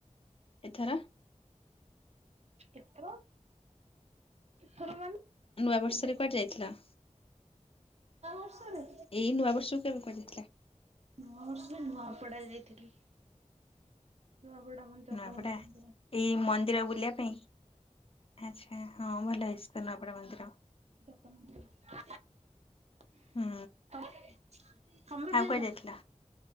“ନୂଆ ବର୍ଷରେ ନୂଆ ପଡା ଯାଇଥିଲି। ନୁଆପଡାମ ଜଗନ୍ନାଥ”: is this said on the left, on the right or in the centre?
Right